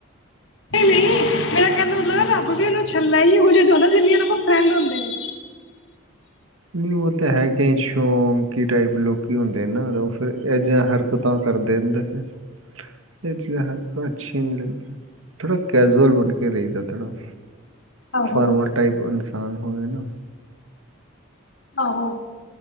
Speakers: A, on the left; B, on the right.
A: ਨਹੀਂ-ਨਹੀਂ, ਮੇਰਾ ਕਹਿਣ ਦਾ ਮਤਲਬ ਐ ਰੱਬ ਵੀ ਉਹਨੂੰ ਛੱਲਾ ਹੀ ਇਹ ਜਿਹੇ ਜਿੰਨਾ ਉਹਨਾਂ ਕੋਲ ਫਰੈਂਡ ਹੁੰਦੇ ਨੇ,
B: ਨਹੀਂ ਉਹ ਤਾਂ ਹੈ ਕ ਸ਼ੌਂਕੀ ਟਾਈਪ ਲੋਕੀ ਹੁੰਦੇ ਨਾ ਫਿਰ ਐਨੀਆ ਹਰਕਤਾਂ ਕਰਦੇ ਨੇ ਫਿਰ ਇਹ ਜਿਹੀ ਹਰਕਤਾਂ ਅੱਛੀਆਂ ਨੀ ਲੱਗਦੀਆਂ ਥੋੜ੍ਹਾ ਕੈਜੂਅਲ ਬਣ ਕੇ ਰਹੀਦਾ ਥੋੜ੍ਹਾ
A: ਆਹੋ
B: ਫਾਰਮਲ ਟਾਈਪ ਇਨਸਾਨ ਹੋਵੇ ਨਾ
A: ਆਹੋ,